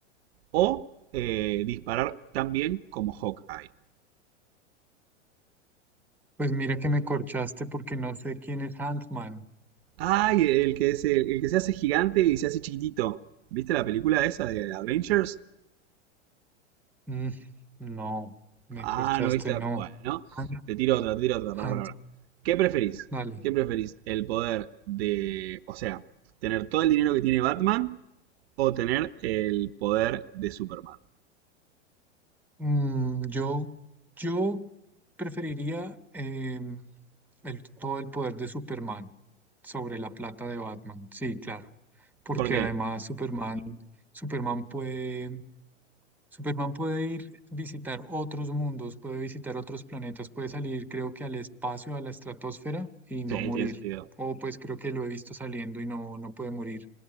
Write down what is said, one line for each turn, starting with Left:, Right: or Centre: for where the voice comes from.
Right: o eh, disparar tan bien como Hawkeye.
Centre: Pues mira que me corchaste porque no sé quién es Ant-Man.
Right: Ay, el que, se, el que se hace gigante y se hace chiquitito. ¿Viste la película esa de Avengers?
Centre: Mm, no, me
Right: Ah,
Centre: corchaste,
Right: no viste.
Centre: no.
Right: Bueno,
Centre: An-
Right: te tiro otra, te tiro otra. Para,
Centre: an-
Right: para, para. ¿Qué preferís?
Centre: dale.
Right: ¿Qué preferís? ¿El poder de. O sea, tener todo el dinero que tiene Batman o tener el poder de Superman?
Centre: Mm, yo, yo preferiría em, el- todo el poder de Superman sobre la plata de Batman. Sí, claro. Porque
Right: ¿Por qué?
Centre: además Superman, Superman puede, Superman puede ir visitar otros mundos, puede visitar otros planetas, puede salir, creo que al espacio, a la estratosfera y no
Right: Sí,
Centre: morir.
Right: tiene sentido.
Centre: O pues creo que lo he visto saliendo y no, no puede morir.